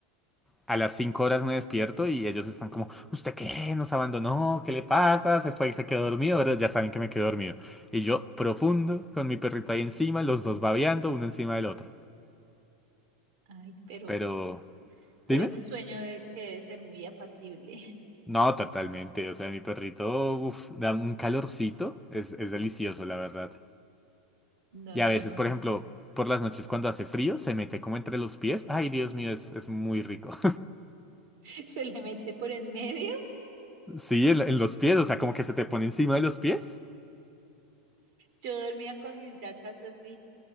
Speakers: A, in the centre; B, on the right.
A: A las cinco horas me despierto y ellos están como, ¿usted qué? ¿Nos abandonó? ¿Qué le pasa? ¿Se fue y se quedó dormido? Pero ya saben que me quedo dormido. Y yo, profundo, con mi perrito ahí encima, los dos babeando, uno encima del otro.
B: Ay, pero,
A: Pero,
B: pero
A: dime.
B: es un sueño de- que debe ser muy apacible. <laughs>
A: No, totalmente. O sea, mi perrito, uf, da un calorcito. Es, es delicioso, la verdad.
B: No,
A: Y a
B: yo
A: veces,
B: no.
A: por ejemplo, por las noches cuando hace frío, se mete como entre los pies. Ay, Dios mío, es, es muy rico.
B: <laughs> se le mete por en medio.
A: Sí, en, en los pies, o sea, como que se te pone encima de los pies.
B: Yo dormía con mis gatas así.